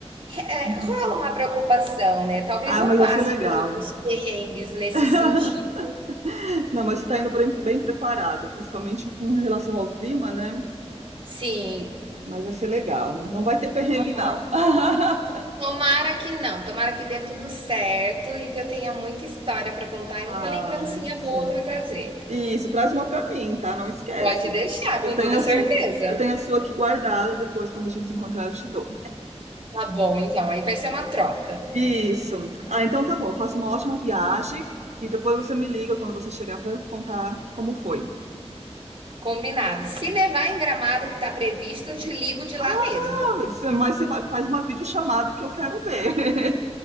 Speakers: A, on the right (about 45°); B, on the right (about 85°).
A: eh,
B: Uhum.
A: rola uma preocupação, né, talvez
B: Ah,
A: eu
B: mas
A: passe
B: vai ser legal.
A: por alguns perrengues nesse
B: <laughs>
A: sentido.
B: Não, mas você tá indo bem, bem preparada, principalmente com relação ao clima, né?
A: Sim,
B: Mas vai ser legal. Não vai ter perrengue,
A: ai,
B: não. <laughs>
A: tomara que não, tomara que dê tudo certo e que eu tenha muita história para contar e muita
B: Ai,
A: lembrancinha
B: sim.
A: boa para trazer.
B: Isso, traz uma pra mim, tá? Não esquece.
A: Pode deixar,
B: Eu
A: com
B: tenho
A: toda
B: a
A: certeza.
B: sua, eu tenho a sua aqui guardada, depois quando a gente se encontrar eu te dou.
A: Tá bom, então, aí vai ser uma troca.
B: Isso. Ah, então tá bom. Faça uma ótima viagem e depois você me liga quando você chegar pra contar como foi.
A: Combinado. Se nevar em Gramado, que tá previsto, eu te ligo de lá
B: Ah,
A: mesmo.
B: mas você mas você fa- faz uma videochamada que eu quero ver. <laughs>